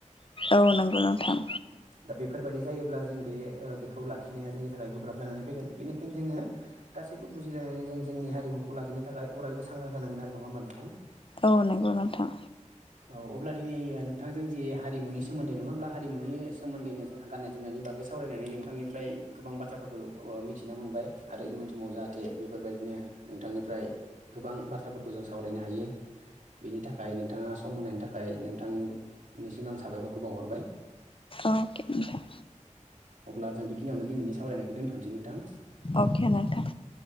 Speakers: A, on the left; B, on the right.
A: औ नंगौ नोंथां।
B: दा बेफोरबायदि जायोब्ला जों बे ओ बेखौ लाखिनाया जोंनि थाखाय गोब्राब जानानै फैगोन बेनिखायनो जोङो गासैबो बुजिलायनानै जों जोंनि हारिमुखौ लाखिनो थाखाय अरायबो सांग्रां जानांगोन आरो नङा होमबा नोंथां?
A: औ नंगौ नोंथां
B: औ अब्ला दिनै नों नोंथांजों जि हारिमुनि सोमोन्दै नङाब्ला हारिमुनि सोमोन्दैनो जोंहा गाननाय जोमनायनि बागै सावरायनानै नोंथांनिफ्राय गोबां बाथ्राफोरखौ ओ मिथिना मोनबाय आरो इयुन समाव जाहाथे बेफोरबायदिनो नोंथांनिफ्राय गोबां बाथ्राफोरखौ जों सावरायनो हायो बेनि थाखाय नोंथाङा सम होनायनि थाखाय नोंथां निसिम आं साबायखरखौ बावहरबाय।
A: अके नोंथां
B: अब्ला जों बेखिनियावनो दिनैनि सावरायनायखौ दोनथ'नोसै नोंथां।
A: अके नोंथां।